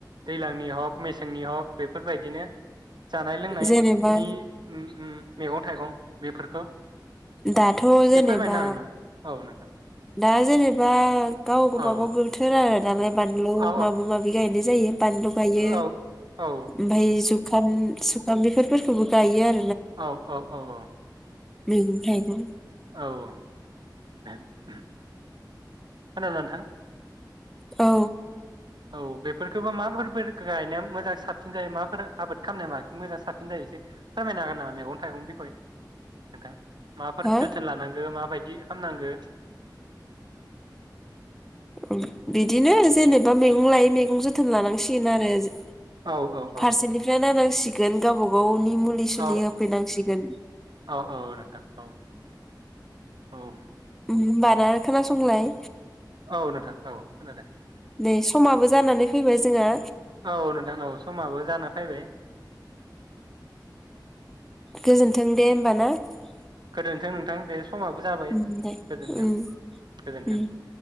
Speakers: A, on the right; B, in the centre.
A: दैलांनि हक मेसेंनि हक बेफोरबायदिनो जानाय लोंनाय
B: जेनेबा
A: नि उम उम मेगन थाइगं बेफोरखौ
B: दाथ'
A: एसे
B: जेनेबा
A: फोरमायनो हागोन नामा औ नोंथां
B: दा जेनेबा गाव गावबागाव
A: औ
B: गोथोर आरो दालाय बानलौ
A: औ
B: माबा माबि गायनो ज जायो। बानलु गायो
A: औ औ
B: ओमफाय जुग खाम सुखाम बेफोर फोरखौबो गायो आरो
A: औ औ औ अ
B: मेगं थाइगं
A: औ ओम उम खोनादो नोंथां
B: औ।
A: औ बेफोरखोबा मा फोरमायनो गायनाया मोजां साबसिन जायो माफोरा आबाद खामनाया बांसिन मोजां साबसिन जायो एसे फोरमायनो हागोन नामा मेगन थाइगं बिखय नोंथां? माफोर
B: हा
A: जोथोन लानांगो माबायद बि खामनांगो।
B: ओम बिदिनो जेनेबा मैगं लाय मेगं जोथोन लानांसिगोन आरो जो
A: औ औ
B: फारसेनिफ्राय नानां सिगोन गावबा गावनि मुलि सुलि
A: औ ओ
B: होफैनांसिगोन
A: औ औ नोंथां औ औ।
B: उम बाना खोनासंलाय
A: औ नोंथां औ खोनादों।
B: नै समाबो जानानै फैबाय जोंहा।
A: औ नोंथां औ समाबो जाना फैबाय।
B: गोजोनथों <unintelligible>
A: गोदोन्थों नोंथां बे समाबो जाबाय
B: उम दे
A: गोजोनथों-गोजोनथों।
B: उम उम।
A: <inaudible>